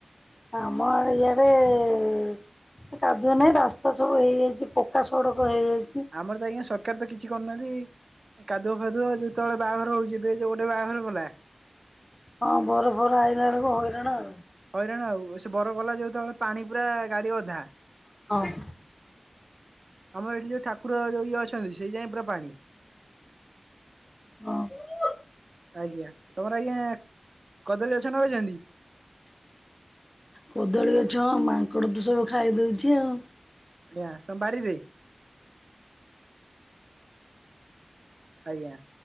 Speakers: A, on the left; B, on the right.
A: ଆମର ଇଆଡେ-ଏ କାଦୁଅ ନାହିଁ, ରାସ୍ତା ସବୁ ହେଇଯାଇଚି। ପକ୍କା ସଡ଼କ
B: ଆଜ୍ଞା
A: ହେଇଯାଇଚି।
B: ଆମର ଆଜ୍ଞା, ସଟ୍ କାର ତ କିଛି କରିୁନାହାଁନ୍ତି, କାଦୁଅ ଫାଦୁଅ ଯେତେବେଳେ ବାହାଘର ହଉଛିି, ଡେଜ୍ ଗୋଟେ ବାହାଘର ଗଲା।।
A: ହଁ, ବର ଫର ଆଇଲା ଅଳକୁ ହଇରାଣ ଆଉ।
B: ହଇରାଣ ଆଉ। ସେ ବର ଗଲା ଯୋତବେଳେ ପାଣି ପୁରା ଗାଡି ଅଧା।
A: ହ୍ ଅହଁ।
B: ଆମର ଏଠି ଯୋଉ ଠାକୁର ଯୋ ଇଏ ଅଛନ୍ତି, ସେଇ ଯାଏଁ ପୁରା ପାଣି।
A: ଅଁ <unintelligible>
B: ଆଜ୍ଞା। ତମର ଆଜ୍ଞା କଦଳୀ ଅଛ ନଗେଇଛନ୍ତି?
A: କଦଳୀ ଗଛ ମାଙ୍କଡ ତ ସବୁ ଖାଇଦଉଛି, ଆଉ।
B: ଆଜ୍ଞା, ତମ ବାରିରେ? ଆଜ୍ଞା,